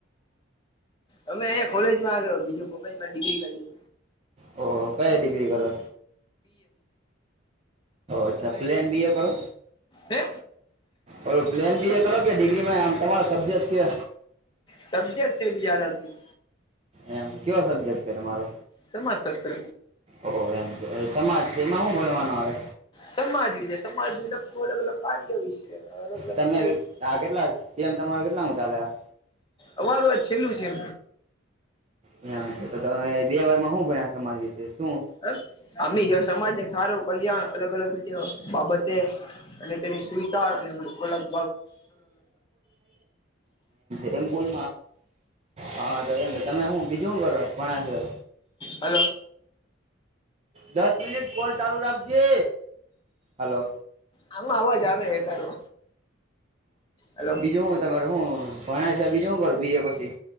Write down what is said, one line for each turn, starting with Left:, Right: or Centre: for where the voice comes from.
Left: અમે અહીં કોલેજમાં્યો બીજું કોલેજમાં ડિગ્રી કર.
Right: ઓ કઈ ડિગ્રી કરો અચ્છા પ્લેન બી એ કરો.
Left: હે
Right: ઓ પ્લેન બી એ કરો કે ડિગ્રીમાં આમ તમારો સબજેક્ટ છે.
Left: સબ્જેક્ટ છે એ બીજ અલગથી.
Right: એમ કેવો સબ્જેક્ટ છે તમારો.
Left: સમાજશાસ્ત્ર
Right: ઓ એમ છે સમાજ એમાં શું ભણવાનું આવે.
Left: સમાજ વિ છે સમાજની લખતું અલગ અલગ કાર્ય વિશે અલગ અલગ
Right: તમે
Left: માહિતી.
Right: વે- આ કેટલા સેમ તમારો કેટલા હ ચાાલ્યા.
Left: અમારું આજ છેલ્લું છે એ.
Right: બેમાં બે સમમાજ વિશેષ.
Left: મ આી જો સમાજને સારું કલ્યાણ અલગ અલગ રીતે બાબતે. અને તેની સુવચાર અને અલગ
Right: એમ બોલ હા તો એમ છે તમે હું બીજું શું કરો ઘણા સિવાય
Left: હલો
Right: દસ મિનિટ કોલ ચાલુ રાખજે હલો
Left: આમાં અવાજ આવે હે તારો હલો
Right: બીજું હું તમારે હું ભણા સિવાય બીજુ હું કરું બી એ પછી